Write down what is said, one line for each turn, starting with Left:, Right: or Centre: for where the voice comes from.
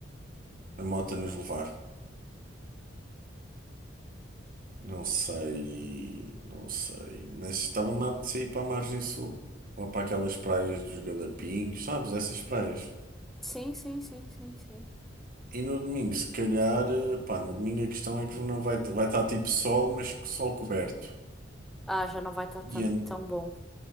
Right: a moto nos levar. Não sei, não sei, mas estava-me a apetecer ir para a margem sul, ou para aquelas praias dos Galapinhos, sabes, essas praias.
Centre: Sim, sim, sim, sim, sim.
Right: E no domingo, se calhar, eh, pá, no domingo a questão é que não vai, vai estar tipo sol, mas sol coberto.
Centre: Ah, já não vai estar tão,
Right: E, ent-
Centre: tão bom.